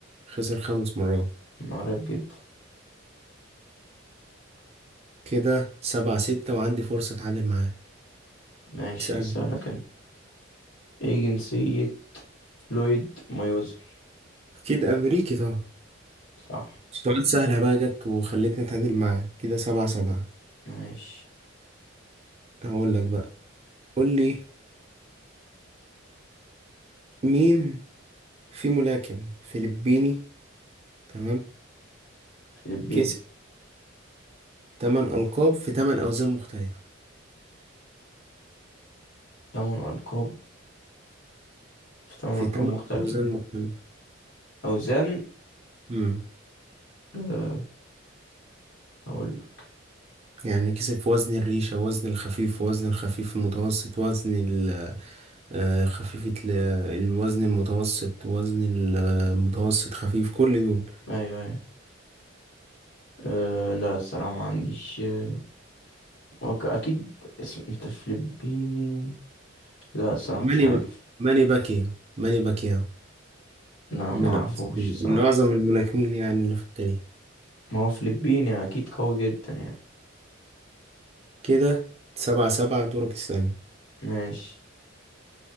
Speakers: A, on the right; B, on the left.
A: خسر خمس مرات
B: من قريب جدا
A: كده سبعة ستة وعندي فرصة أتعادل معاه
B: ماشي
A: اسأل
B: أسألك أنا إيه جنسية لويد مايوزر
A: أكيد أمريكي طبعا
B: صح
A: سؤال سهلة بقى جت وخلتني أتعادل معاه كده سبعة سبعة
B: ماشي
A: هقول لك بقى قول لي مين في ملاكم فلبيني تمام
B: فلبين
A: كسب 8 ألقاب في 8 أوزان مختلفة
B: تمن ألقاب في تمن
A: في
B: ألقاب
A: 8
B: مختلفة
A: أوزان مختلفة
B: أوزان
A: امم
B: أه أقول لك
A: يعني كسب في وزن الريشة وزن الخفيف وزن الخفيف المتوسط وزن ال- آه، خفيفة ال- الوزن المتوسط وزن المتوسط خفيف كل دول
B: أيوه أيوه أه لا الصراحة ما عنديش أه أوكي أكيد اسم أنت فلبيني لا الصراحة
A: ماني
B: مش عارف
A: ب... ماني باكيو ماني باكيو
B: لا
A: من
B: ما أعرفوش
A: أعظم من
B: الصراحة
A: أعظم الملاكمين يعني اللي في التاريخ
B: ما هو فلبيني أكيد قوي جدا يعني
A: كده سبعة سبعة دورك تسألني
B: ماشي